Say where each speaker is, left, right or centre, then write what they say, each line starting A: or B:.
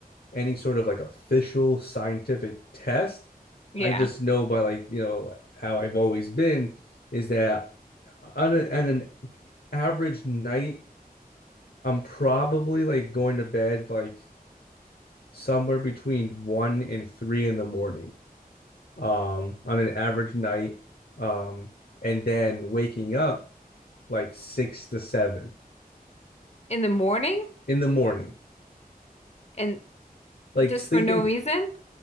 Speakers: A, on the left; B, on the left.
A: any sort of like official scientific test,
B: Yeah.
A: I just know by like, you know, how I've always been is that on, a, on an average night, I'm probably like going to bed like somewhere between one and three in the morning um, on an average night, um, and then waking up like six to seven
B: In the morning
A: in the morning,
B: and
A: like
B: just
A: sleeping
B: for no reason?